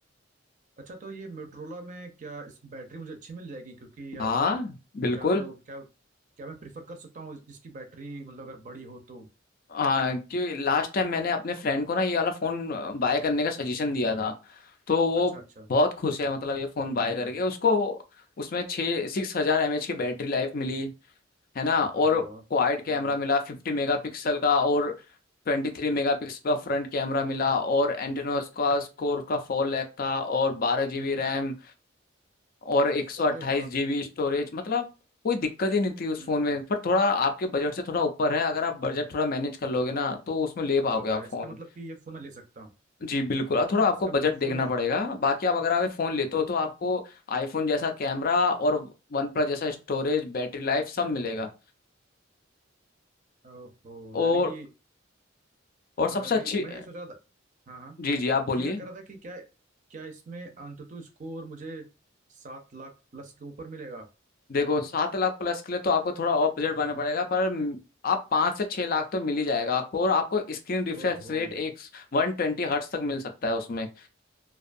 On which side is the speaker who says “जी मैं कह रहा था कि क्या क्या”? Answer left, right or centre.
Right